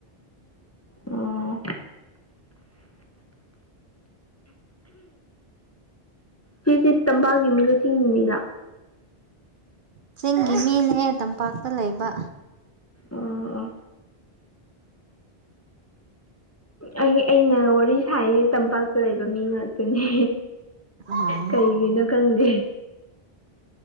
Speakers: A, on the left (about 15°); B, on the right (about 55°).
A: ꯎꯝ ꯆꯦꯆꯦ ꯇꯝꯄꯥꯛꯒꯤ ꯑꯃꯒ ꯊꯤꯡꯅꯤꯡꯅꯤꯗ
B: ꯆꯤꯡꯒꯤ ꯃꯤꯅꯦ ꯇꯝꯄꯥꯛꯇ ꯂꯩꯕ
A: ꯑꯣ ꯑꯩ ꯑꯩꯅ ꯋꯥꯔꯤ ꯉꯥꯏꯒꯤ ꯇꯝꯄꯥꯛꯇ ꯂꯩꯕ ꯃꯤ ꯉꯥꯛꯇꯅꯦ
B: ꯎꯝ
A: ꯀꯩꯒꯤꯅꯣ ꯈꯪꯗꯦ